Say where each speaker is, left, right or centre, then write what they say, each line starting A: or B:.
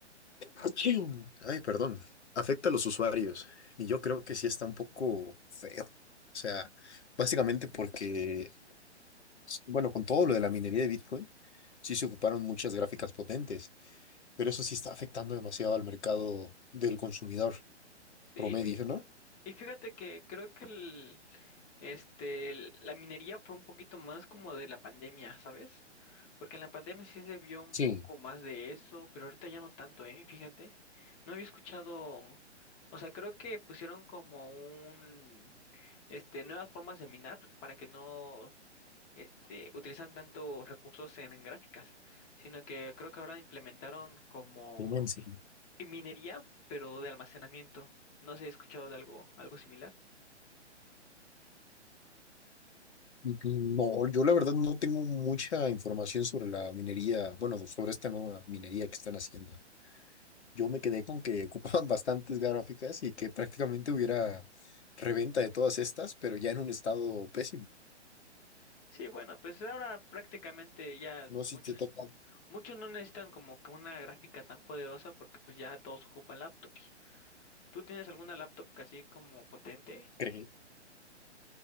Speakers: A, on the left; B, on the left.
A: Achín. Ay, perdón. Afecta a los usuarios. Y yo creo que sí está un poco feo. O sea, básicamente porque, bueno, con todo lo de la minería de Bitcoin, sí se ocuparon muchas gráficas potentes, pero eso sí está afectando demasiado al mercado del consumidor
B: Sí,
A: promedio,
B: y fí-
A: ¿no?
B: y fíjate que creo que el, este, el- la minería fue un poquito más como de la pandemia, ¿sabes? Porque en la pandemia sí se vio un
A: Sí,
B: poco más de eso, pero ahorita ya no tanto, ¿eh? Fíjate. No había escuchado, o sea, creo que pusieron como un este, nuevas formas de minar para que no este, utilizan tanto recursos en gráficas, sino que creo que ahora implementaron como
A: inmenso.
B: minería, pero de almacenamiento. No sé he escuchado de algo, algo similar.
A: No, yo la verdad no tengo mucha información sobre la minería, bueno, sobre esta nueva minería que están haciendo. Yo me quedé con que ocupaban <laughs> bastantes gráficas y que prácticamente hubiera reventa de todas estas, pero ya en un estado pésimo.
B: Sí, bueno, pues ahora prácticamente ya
A: No sé
B: muchos,
A: si te toca
B: muchos no necesitan como que una gráfica tan poderosa porque pues ya todos ocupan laptops. ¿Tú tienes alguna laptop así como potente?
A: creer.